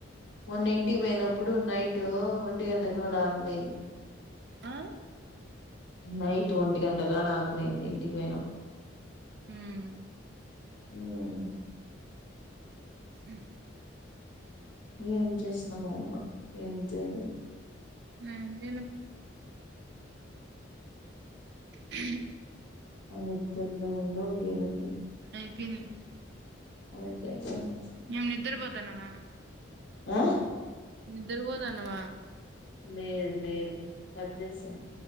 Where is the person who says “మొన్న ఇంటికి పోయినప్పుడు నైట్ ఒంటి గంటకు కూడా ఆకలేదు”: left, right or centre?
Left